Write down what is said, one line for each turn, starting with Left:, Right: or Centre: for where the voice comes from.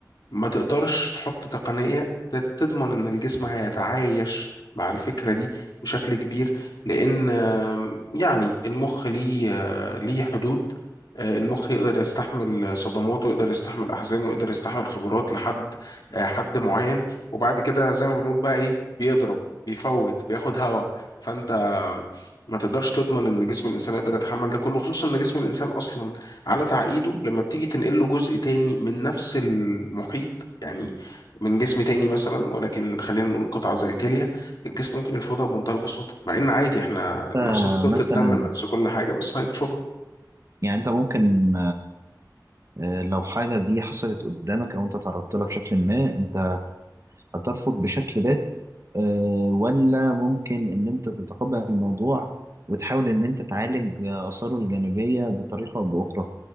Left: ما تقدرش تحط تقنية ت- تضمن إن الجسم هيتعايش مع الفكرة دي بشكل كبير لأن آم، يعني المخ ليه آه، ليه حدود آه، المخ يقدر يستحمل صدمات ويقدر يستحمل أحزان ويقدر يستحمل خبرات لحد آه، حد معين وبعد كده زي ما بنقول بقى إيه بيضرب بيفوت بياخد هوا فأنت ما تقدرش تضمن إن جسم الإنسان يقدر يتحمل ده كله خصوصا إن جسم الإنسان أصلا على تعقيده لما بتيجي تنقل له جزء تاني من نفس المحيط يعني من جسم تاني مثلا ولكن خلينا نقول قطعة زي الكلية الجسم ممكن يرفضها بمنتهى البساطة مع إن عادي إحنا نفس
Right: آه،
Left: فصيلة
Right: مثلا
Left: الدم نفس كل حاجة بس هيرفضها
Right: يعني انت ممكن آه، لو حاجه دي حصلت قدامك او انت تعرضت لها بشكل ما انت هترفض بشكل بات آه، ولا ممكن إن أنت تتقبل الموضوع وتحاول إن أنت تعالج آثاره الجانبية بطريقة أو بأخرى